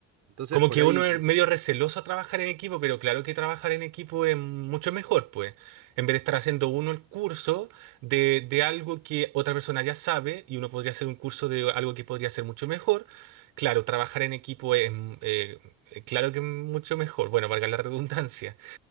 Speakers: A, on the right (about 55°); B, on the right (about 75°).
A: entonces,
B: Como
A: por
B: que
A: ahí,
B: uno
A: mm,
B: es medio receloso a trabajar en equipo, pero claro que trabajar en equipo es mucho mejor, pues. En vez de estar haciendo uno el curso de, de algo que otra persona ya sabe y uno podría hacer un curso de algo que podría ser mucho mejor. Claro, trabajar en equipo es, mm, eh, claro que es mucho mejor. Bueno, valga la redundancia.